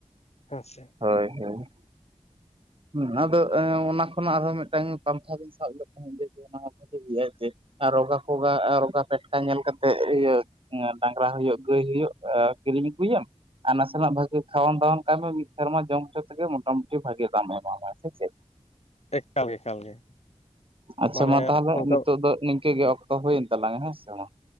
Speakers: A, on the left; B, on the right.
A: ᱦᱮᱸᱥᱮ,
B: ᱦᱳᱭ ᱦᱳᱭ ᱦᱮᱸ ᱟᱫᱚ ᱚᱱᱟ ᱠᱷᱚᱱᱟᱜ ᱟᱨᱦᱚᱸ ᱢᱤᱫᱴᱟᱝ ᱯᱟᱱᱛᱷᱟ ᱵᱤᱱ ᱥᱟᱵ ᱞᱮᱠᱷᱟᱱ ᱵᱷᱟᱹᱜᱤ ᱦᱩᱭᱩᱜᱼᱟ ᱡᱮ ᱟᱨ ᱨᱚᱜᱟ ᱯᱷᱚᱜᱟ ᱨᱚᱜᱟ ᱯᱷᱮᱴᱠᱟ ᱧᱮᱞ ᱠᱟᱛᱮ ᱤᱭᱟᱹ ᱦᱮᱸ ᱰᱟᱝᱨᱟ ᱦᱳᱳᱜ ᱜᱟᱹᱭ ᱦᱳᱜ ᱠᱤᱨᱤᱧ ᱟᱹᱜᱩᱭᱮᱢ ᱟᱨ ᱱᱟᱥᱮᱱᱟᱜ ᱵᱷᱟᱜᱤ ᱠᱷᱟᱣᱟᱟᱱ ᱫᱟᱣᱟᱱ ᱠᱟᱭᱢᱮ ᱢᱤᱫ ᱥᱮᱨᱢᱟ ᱡᱚᱢ ᱦᱚᱪᱚ ᱛᱮᱜᱮ ᱢᱚᱴᱟᱢᱩᱴᱤ ᱵᱷᱟᱜᱤ ᱫᱟᱢᱮ ᱮᱢᱟᱢᱟ ᱥᱮ ᱪᱮᱫ
A: ᱮᱠᱟᱞ ᱜᱮ ᱮᱠᱟᱞ ᱜᱮ
B: ᱟᱪᱷᱟ
A: ᱢᱟᱱᱮ
B: ᱢᱟ ᱛᱟᱦᱞᱮ
A: ᱚᱱᱠᱟ
B: ᱱᱤᱛᱳᱜ ᱫᱚ ᱱᱤᱝᱠᱟᱹ ᱜᱮ ᱚᱠ ᱛᱚ ᱦᱩᱭᱮᱱ ᱛᱟᱞᱟᱝᱟ ᱦᱮᱸ ᱥᱮ ᱢᱟ,